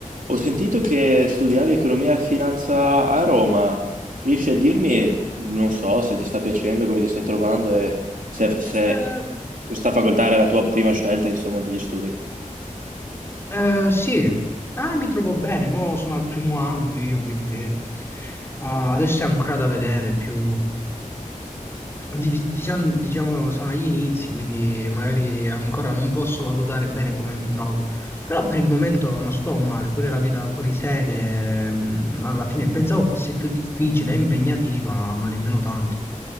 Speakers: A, on the right (about 75°); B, on the left (about 15°).
A: Ho sentito che studiavi economia e finanza a Roma. Riesci a dirmi, non so, se ti sta piacendo, come ti stai trovando e se, se
B: Eh,
A: questa facoltà era la tua prima scelta, insomma, degli studi?
B: eh, sì, Ah, mi trovo bene, mo sono al primo anno io, quindi eh, adesso è ancora da vedere più... di- di- Diciamo, diciamo, sono agli inizi, quindi magari ancora non posso valutare bene come mi trovo, però per il momento non sto male, pure la vita fuori sede, mm, alla fine pensavo fosse più difficile e impegnativa, ma nemmeno tanto.